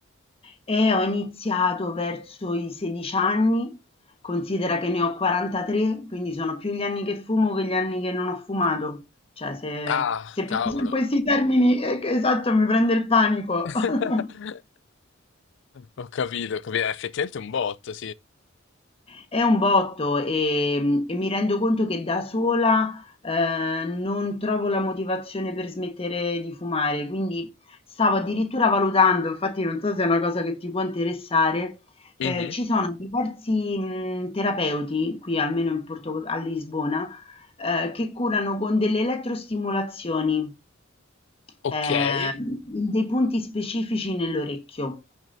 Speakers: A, on the left; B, on the left.
A: Eh, ho iniziato verso i 16 anni, considera che ne ho 43, quindi sono più gli anni che fumo che gli anni che non ho fumato. Cioè, se,
B: Ah,
A: se penso
B: cavolo.
A: in questi termini, eh, che- esatto, mi prende il panico.
B: <laughs>
A: <laughs>
B: Ho capito, ho capito, Eh, effettivamente è effettivamente un botto,
A: È un botto e, e mi rendo conto che da sola eh, non trovo la motivazione per smettere di fumare, quindi stavo addirittura valutando, infatti non so se è una cosa che ti può interessare,
B: sì.
A: eh, ci sono diversi mh, terapeuti qui almeno in Porto- a Lisbona eh, che curano con delle elettrostimolazioni
B: Okay,
A: eh, in dei punti specifici nell'orecchio.